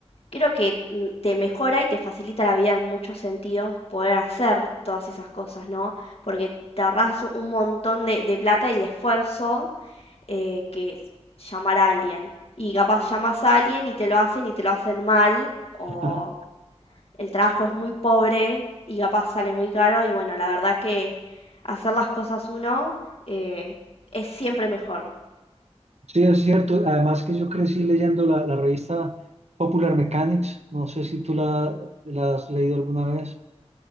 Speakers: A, on the left (about 60°); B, on the right (about 75°).
A: creo que mm, te mejora y te facilita la vida en muchos sentidos poder hacer todas esas cosas, ¿no? Porque te ahorras un montón de, de plata y de esfuerzo eh, que es llamar a alguien. Y capaz llamas a alguien y te lo hacen y te lo hacen mal, o
B: <laughs>
A: el trabajo es muy pobre y capaz sale muy caro. Y bueno, la verdad que hacer las cosas uno eh, es siempre mejor.
B: Sí, es cierto. Además que yo crecí leyendo la, la revista Popular Mechanics. No sé si tú la, la has leído alguna vez,